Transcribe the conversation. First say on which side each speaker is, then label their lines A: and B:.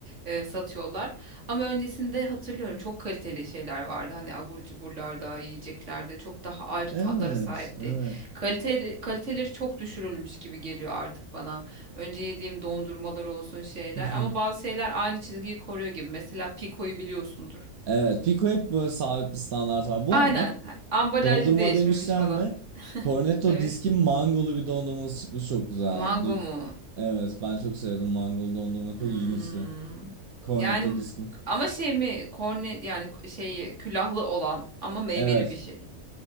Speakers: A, on the right; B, on the right.
A: eee, satıyorlar. Ama öncesinde hatırlıyorum çok kaliteli şeyler vardı. Hani abur cuburlarda, yiyeceklerde çok daha ayrı
B: Evet,
A: tatlara sahipti.
B: evet.
A: Kaliteli, kaliteleri çok düşürülmüş gibi geliyor artık bana. Önce yediğim dondurmalar olsun şeyler
B: Hı hı.
A: ama bazı şeyler aynı çizgiyi koruyor gibi. Mesela Pico'yu biliyorsundur.
B: Evet, Pico hep böyle sabit bir standart var. Bu
A: Aynen.
B: arada
A: ha- Ambalajı
B: dondurma
A: değişmemiş
B: demişken
A: falan.
B: de Cornetto
A: Evet.
B: Disk'in mangolu bir dondurması çıkmış çok güzeldi.
A: Mango
B: Dü-
A: mu?
B: Evet, ben çok sevdim mangolu dondurma çok
A: Hmm.
B: ilginçti. Cornetto
A: Yani
B: Disk'in.
A: ama şey mi korne yani k- şey külahlı olan ama meyveli
B: Evet,
A: bir şey.